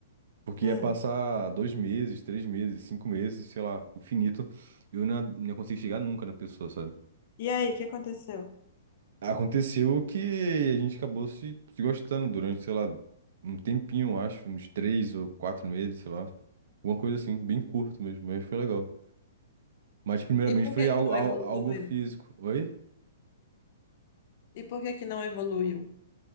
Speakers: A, on the right (about 55°); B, on the left (about 40°).
A: Porque
B: Hum.
A: ia passar dois meses, três meses, cinco meses, sei lá, infinito. E eu não, não ia conseguir chegar nunca na pessoa, sabe?
B: E aí, o que aconteceu?
A: Aconteceu que a gente acabou se, se gostando durante, sei lá, um tempinho, eu acho, uns três ou quatro meses, sei lá. Alguma coisa assim, bem curto mesmo, mas foi legal. Mas primeiramente
B: E por
A: foi
B: que
A: algo,
B: que não
A: al-
B: evoluiu?
A: algo físico. Oi?
B: E por que que não evoluiu?